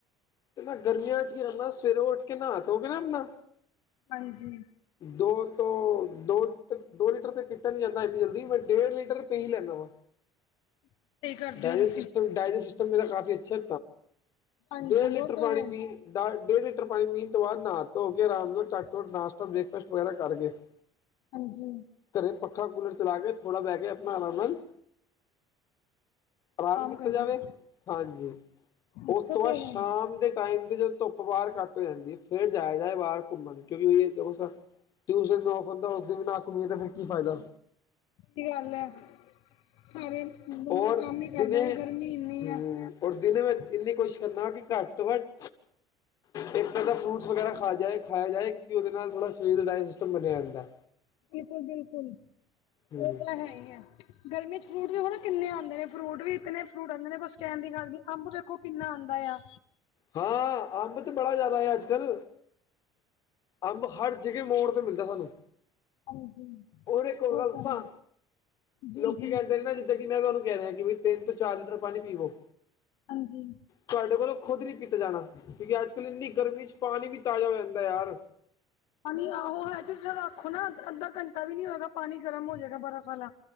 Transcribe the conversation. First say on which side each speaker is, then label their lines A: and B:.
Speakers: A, on the left; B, on the left.
A: ਤੇ ਨਾ ਗਰਮੀਆਂ ਅ ਚ ਨਾ ਸਵੇਰੇ ਉੱਠ ਕੇ ਨਾ ਧੋਕੇ ਨਾ ਬੰਦਾ।
B: ਹਾਂਜੀ,
A: ਦੋ ਤੋਂ ਦੋ ਦੋ ਲੀਟਰ ਤੇ ਪੀਤਾ ਨੀ ਜਾਂਦਾ ਇੰਨੀ ਜਲਦੀ ਮੈਂ ਡੇਢ ਲੀਟਰ ਪਈ ਲੈਂਦਾ ਵਾ।
B: ਸਹੀ ਕਰਦੇ
A: ਡਾਇਜਸਟ
B: ਹੋ ਤੁਸੀਂ
A: ਸਿਸਟਮ ਡਾਇਜਸਟ ਸਿਸਟਮ ਮੇਰਾ ਕਾਫੀ ਅੱਛਾ
B: ਹਾਂਜੀ
A: ਡੇਢ ਲੀਟਰ
B: ਉਹ ਤਾਂ
A: ਪਾਣੀ
B: ਹੈ
A: ਪੀਏ।
B: ਹੀ
A: ਡੇਢ ਲੀਟਰ, ਪਾਣੀ ਪੀਣ ਤੋਂ ਬਾਅਦ। ਨਹਾ ਧੋ ਕੇ ਆਰਾਮ ਨਾਲ, ਘੱਟੋ-ਘੱਟ, ਨਾਸ਼ਤਾ, ਬ੍ਰੇਕਫਾਸਟ ਵਗੈਰਾ ਕਰਕੇ। <inaudible>
B: ਹਾਂਜੀ।
A: ਘਰੇ ਪੱਖਾ, ਕੂਲਰ ਚਲਾ ਕੇ। ਥੋੜਾ ਬਹਿ ਕੇ, ਆਪਣਾ ਆਰਾਮ ਨਾਲ ਆਰਾਮ ਕੀਤਾ
B: ਕਰਦੇ
A: ਜਾਵੇ।
B: ਹੋ
A: ਹਾਂਜੀ।
B: ਜੀ
A: ਉਸ ਤੋਂ
B: ਉਹ
A: ਬਾਅਦ
B: ਤੇ ਹੈ ਹੀ
A: ਕੰਮ ਦੇ ਟਾਈਮ, ਤੇ ਜਦੋਂ ਧੁੱਪ ਬਾਹਰ ਘੱਟ ਹੋ ਜਾਂਦੀ ਏ। ਫੇਰ ਜਾਆ ਜਾਏ, ਬਾਹਰ ਘੁੰਮਣ। ਕਿਉਂਕਿ ਟਿਊਸ਼ਨ ਵੀ ਔਫ ਹੁੰਦਾ। ਉਸ ਦਿਨ ਵੀ ਨਾ ਗੁਮੇ, ਤੇ ਫੇਰ ਕੀ ਫਾਇਦਾ।
B: ਸਹੀ ਗੱਲ ਹੈ, ਸਾਰੇ ਬੰਦਾ
A: ਔਰ
B: ਕੰਮ ਹੀ
A: ਦਿਨੇ
B: ਕਰਦਾ। ਇਹ ਗਰਮੀ ਇੰਨੀ
A: ਹਮ
B: ਆ।
A: ਔਰ ਦਿਨੇ ਵਿਚ, ਇੰਨੀ ਕੋਸ਼ਿਸ਼ ਕਰਨਾ, ਕਿ ਘੱਟ ਤੋਂ ਘੱਟ ਇੱਕ, ਅੱਧਾ ਫਰੂਟਸ ਵਗੈਰਾ ਖਾ ਜਾਏ ਖਾਇਆ, ਜਾਏ। ਕਿਉਕਿ ਉਹਦੇ ਨਾਲ ਥੋੜਾ ਸਰੀਰ ਡਾਈਜੇਸਟ ਸਿਸਟਮ ਬਣਿਆ ਰਹਿਦਾ।
B: ਬਿਲਕੁਲ- ਬਿਲਕੁਲ,
A: ਹਮ
B: ਉਹ ਤਾਂ ਹੈ ਹੀ, ਆ। ਗਰਮੀ ਚ ਫਰੂਟ ਵੀ, ਖੋਨਾ ਕਿਨੇ ਆਦੇ ਨੇ। ਫਰੂਟ ਵੀ ਇਤਨੇ ਫਰੂਟ ਆਦੇ ਨੇ, ਕੁਝ ਕਹਿਣ ਦੀ ਗਲ ਨਹੀਂ। ਅੰਬ ਦੇੇਖੋ। ਕਿੰਨਾ ਆਦਾ ਆ?
A: ਹਾਂ। ਅੰਬ ਤੇ ਬੜਾ, ਜ਼ਿਆਦਾ ਹੈ। ਅੱਜ ਕੱਲ ਅੰਬ ਹਰ ਜਗਾ, ਮੋੜ ਤੇ ਮਿਲਦਾ ਸਾਨੂੰ।
B: ਹਾਂਜੀ
A: ਹੋਰ ਇਕ, ਹੋਰ
B: ਉਹ
A: ਗੱਲ
B: ਤਾਂ
A: ਦੱਸਾਂ।
B: ਹੈ ਜੀ
A: ਲੋਕੀ
B: ਜੀ
A: ਕਹਿੰਦੇ ਨੇ ਨਾਂ ਤੇ ਕੇ ਮੈਂ, ਤੁਹਾਨੂੰ ਕਹਿ ਰਿਹਾ, ਕਿ ਵੀ ਤਿੰਨ ਤੋਂ ਚਾਰ ਲੀਟਰ ਪਾਣੀ ਪੀਵੋ।
B: ਹਾਂਜੀ।
A: ਤੁਹਾਡੇ ਕੋਲੋਂ, ਖੁਦ ਨੀ ਪੀਤਾ, ਜਾਣਾ। ਕਿਉਂਕਿ ਅੱਜ ਕੱਲ ਇੰਨੀ ਗਰਮੀ ਚ, ਪਾਣੀ ਵੀ ਤਾਜ਼ਾ ਹੋ ਜਾਂਦਾ ਯਾਰ।
B: ਪਾਣੀ ਆਹੋ ਹੈ, ਤੁਸੀ ਰੱਖੋ ਨਾ ਅੱਧਾ ਘੰਟਾ ਵੀ, ਨੀ ਹੋਏਗਾ, ਪਾਣੀ ਗਰਮ ਹੋ ਜਾਏਗਾ ਬਰਫ ਆਲਾ।